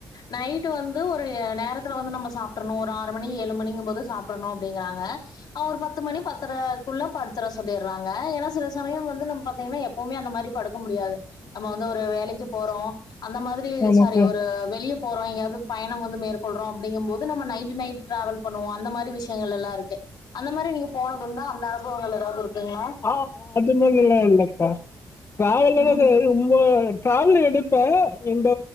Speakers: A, on the left; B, on the left.
A: நைட்டு வந்து ஒரு நேரத்துல வந்து நம்ம சாப்ட்றணும் ஒரு ஆறு மணி ஏழு மணிங்கும் போது சாப்ட்றணும் அப்படிங்கறாங் அ அவ் ஒரு பத்து மணி, பத்தர குல்ல படுத்துர சொல்லியிறாங்க ஏன்னா சில சமயம் வந்து நம்ம பாத்தீங்கன்னா எப்பவுமே அந்த மாரி படுக்க முடியாது. நம்ம வந்து ஒரு வேலைக்கி போறோம் அந்த மாரி
B: ஆமாக்கா
A: சாரி ஒரு வெளிய போறோம் எங்காது பயணம் வந்து மேற்கொள்றோம் அப்படிங்கபோது நம்ம நைட்டு நைட்டு ட்ராவல் பன்னுவோம் அந்த மாரி விஷயங்கல்லாம் இருக் கு அந்த மாரி நீங்க போனது உண்டா அந்த அனுபவங்கள் ஏதாது இருக்குங்களா
B: ஆமா அது மாதிரில்லா இல்லக்கா டிராவலர்
A: ம்
B: அது ரொம்ப டிராவல் எடுப்ப இந்த